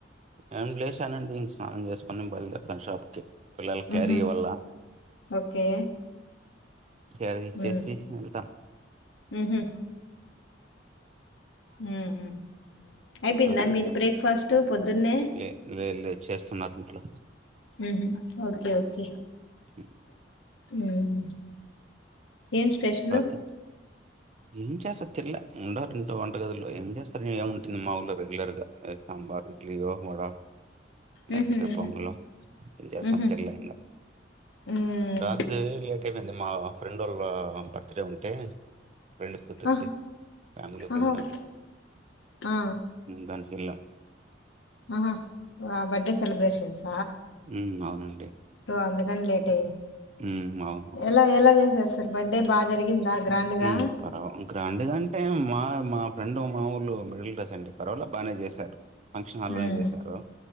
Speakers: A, on the right; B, on the left.
A: ఏం లేషానండి స్నానం చేసుకోని బయలుదేరతాను షాప్ కి పిల్లలకి
B: మ్హు
A: క్యారి ఇవ్వాల
B: ఓకే
A: క్యారీచ్చేసి
B: మ్మ్
A: వెళ్తాను
B: మ్హు హ్మ్ అయిపోయిందా
A: ఇంకా ఇంకేమో
B: మీది బ్రేక్ఫాస్ట్ పొద్దున్నే
A: లే లే లేదు చేస్తున్నారు ఇంట్లో
B: ఊహూ ఓకే ఓకే
A: హ
B: మ్మ్ ఏం స్పెషలు
A: రాత్రి ఏం చేస్తారు తినల ఉండారు ఇంట్లో వంటగదిల్లో ఏం చేస్తారు ఏముంటుంది మామూలుగా రెగ్యులర్ గా బా ఇడ్లీయో వడ లేకపోతే
B: మ్హు మ్హు
A: పొంగలో ఏం చేస్తాం
B: మ్హు
A: తినలేంగా
B: మ్మ్
A: రాత్రి లేట్ అయిపోయింది మా ఫ్రెండ్ వాళ్ళ బర్త్డే ఉంటే ఫ్రెండ్ కూతుర్ది
B: ఆహ
A: ఫ్యామిలీ ఫ్రెండ్
B: ఆహా ఓకే ఆ
A: అందుకని వెళ్ళాం
B: ఆహా ఆ బర్త్డే సెలబ్రేషన్స్
A: హ్మ్ అవునండి
B: అందుకని లేట్
A: హ్మ్. అవును.
B: ఎలా ఎలా చేసేరు సార్ బర్డే బాగా జరిగిందా గ్రాండ్గా
A: హ్మ్ పర్వ గ్రాండ్ గా అంటే మా మా ఫ్రెండు మామూలు మిడిల్ క్లాస్ అండి పర్వాల బానే చేశారు ఫంక్షన్ హల్లోనే
B: ఉమ్
A: చేశారు